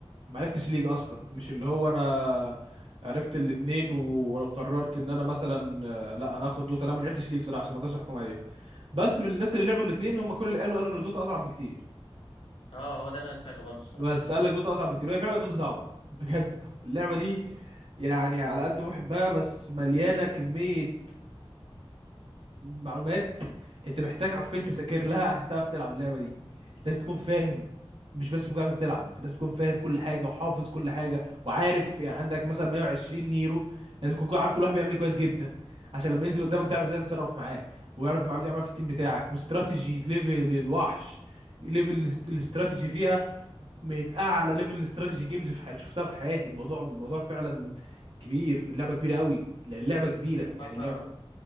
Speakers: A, on the right (about 60°); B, on the left (about 70°).
A: ما عرفتش ليج اصلا مش اللي هو انا عرفت الاتنين وقررت ان انا مثلا آه، لا انا هاخد دوتا انا ما لعبتش ليج صراحه عشان ما اقدرش احكم عليها بس من الناس اللي لعبوا الاتنين هم كل اللي قالوا قالوا ان دوتا اصعب بكتير
B: اه هو ده اللي انا سمعته برضه الصراحة
A: بس قال لك دوتا اصعب بكتير وهي فعلا دوتا صعبه بجد اللعبه دي يعني على قد ما بحبها بس مليانه كميه معلومات انت محتاج حرفيا تذاكر لها عشان تعرف تلعب اللعبه دي لازم تكون فاهم مش بس مجرد تلعب لازم تكون فاهم كل حاجه وحافظ كل حاجه وعارف يعني عندك مثلا 120 هيرو لازم تكون عارف كل واحد بيعمل ايه كويس جدا عشان لما ينزل قدامك تعرف ازاي تتصرف معاه ويعرف معاه بتعمل في التيم بتاعك واستراتيجي ليفل الوحش ليفل الاست- الاستراتيجي فيها من اعلى ليفل الاستراتيجي جيمز في حياتي شفتها في حياتي الموضوع الموضوع فعلا كبير اللعبه كبيره قوي اللعبه كبيره يعني
B: صح
A: اللعبه